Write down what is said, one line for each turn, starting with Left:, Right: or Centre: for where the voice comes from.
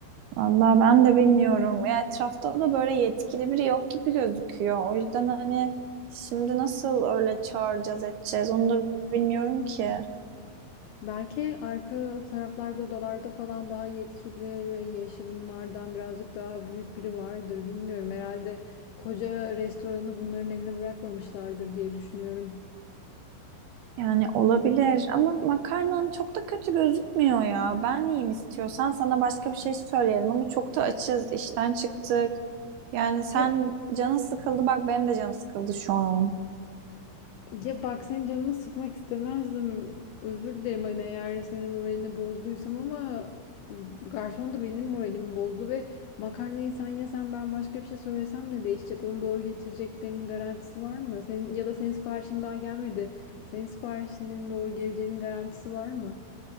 Right: Vallahi ben de bilmiyorum. Ya etrafta da böyle yetkili biri yok gibi gözüküyor. O yüzden hani şimdi nasıl öyle çağıracağız edeceğiz onu da bilmiyorum ki.
Left: Belki arka taraflarda odalarda falan daha yetkili ve yaşı bunlardan birazcık daha büyük biri vardır. Bilmiyorum. Herhalde koca restoranı bunların eline bırakmamışlardır diye düşünüyorum.
Right: Yani olabilir ama makarnan çok da kötü gözükmüyor ya. Ben yiyeyim istiyorsan sana başka bir şey söyleyelim ama çok da açız, işten çıktık. Yani sen
Left: Ya
Right: canın sıkıldı bak benim de canım sıkıldı şu an.
Left: Ya bak senin canını sıkmak istemezdim. Özür dilerim hani eğer senin moralini bozduysam ama garson da benim moralimi bozdu ve makarnayı sen yesen ben başka bir şey söylesem ne değişecek? Onu doğru getireceklerinin garantisi var mı? Senin, ya da senin siparişin daha gelmedi. Senin siparişinin doğru geleceğinin garantisi var mı?